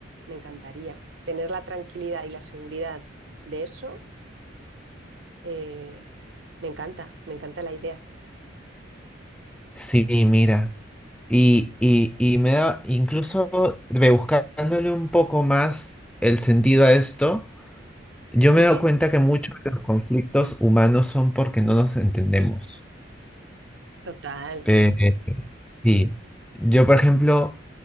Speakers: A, on the right; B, in the centre.
A: Me encantaría tener la tranquilidad y la seguridad de eso Eh, me encanta, me encanta la idea.
B: Sí, mira. Y, y, y me da, incluso rebuscándole un poco más el sentido a esto, yo
A: Sí,
B: me he dado cuenta que muchos de los conflictos humanos son porque no nos entendemos.
A: total.
B: Eh, sí. Yo, por ejemplo,